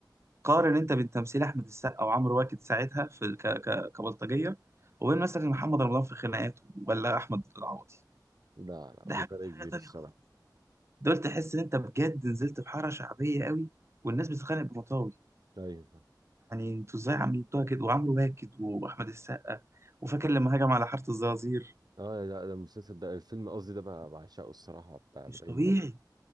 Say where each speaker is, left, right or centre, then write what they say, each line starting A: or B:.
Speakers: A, on the right; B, on the right.
A: قارن انت بين تمثيل احمد السقا وعمرو واكد ساعتها في ال- ك... ك... كبلطجيه وبين مثلا محمد رمضان في خناقات ولا احمد العوضي
B: لا لا
A: ده
B: في
A: حاجه
B: فرق
A: ده حاجه
B: كبير
A: تانية
B: الصراحه
A: خالص دول تحس ان انت بجد نزلت في حاره شعبيه قوي والناس بتتخانق بمطاوي
B: ايوه فاهم.
A: يعني انتوا ازاي عملتوها كده وعمرو واكد واحمد السقا وفاكر لما هجم على حاره الزرازير
B: اه لا ده المسلسل ده الفيلم قصدي ده بقى بعشقه الصراحه بتاع
A: مش
B: ابراهيم
A: طبيعي
B: الابيض